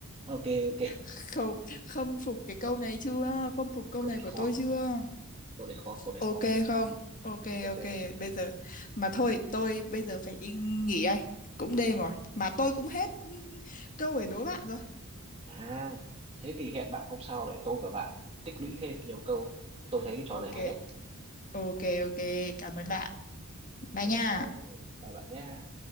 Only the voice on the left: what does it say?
Không, khâm phục cái câu này chưa? Khâm phục câu
này
của
tôi chưa?
Ok
không? Ok
ok, bây giờ mà thôi, tôi bây giờ phải đi nghỉ đây. Cũng đêm rồi, mà tôi cũng hết câu để đố bạn rồi.
Ok,
ok ok, cảm ơn bạn. Bye
nha.